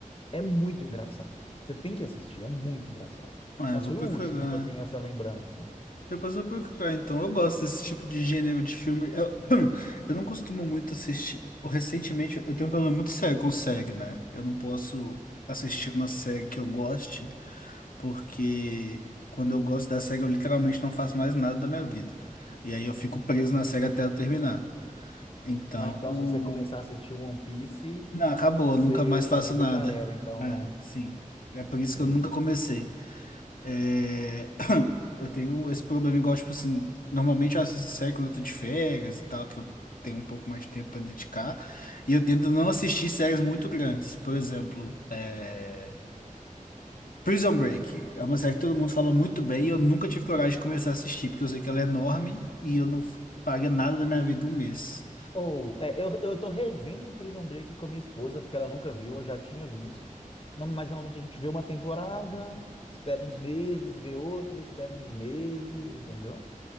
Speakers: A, on the left (about 40°); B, on the left (about 80°).
A: é muito engraçado. Você tem que assistir, é muito engraçado.
B: Ah,
A: Mas
B: eu vou
A: foi
B: procurar,
A: o último que eu tenho essa lembrança.
B: depois eu vou procurar, então, eu gosto desse tipo de gênero de filme, eu, <clears throat> eu não costumo muito assistir, recentemente eu tenho um problema muito sério com série, né, eu não posso assistir uma série que eu goste, porque quando eu gosto da série, eu literalmente não faço mais nada da minha vida. E aí eu fico preso na série até eu terminar. Então,
A: Não, então, se você começar a assistir One Piece,
B: não, acabou,
A: você,
B: eu nunca mais
A: sua
B: faço
A: vida
B: nada.
A: já era, então,
B: Ah,
A: né?
B: sim. É por isso
A: Entendi.
B: que eu nunca comecei. É, Eu tenho esse problema igual, tipo assim, normalmente eu assisto série quando eu tô de férias e tal, que eu tenho um pouco mais de tempo pra dedicar. E eu tento não assistir séries muito grandes. Por exemplo, é, Prison Break é uma série que todo mundo fala muito bem e eu nunca tive coragem de começar a assistir, porque eu sei que ela é enorme e eu não paguei nada da minha vida um mês.
A: Ou, é, eu, eu tô revendo Prison Break com a minha esposa, porque ela nunca viu, eu já tinha visto. Não, mas normalmente a gente vê uma temporada, espera uns meses, vê outra, espera uns meses, entendeu?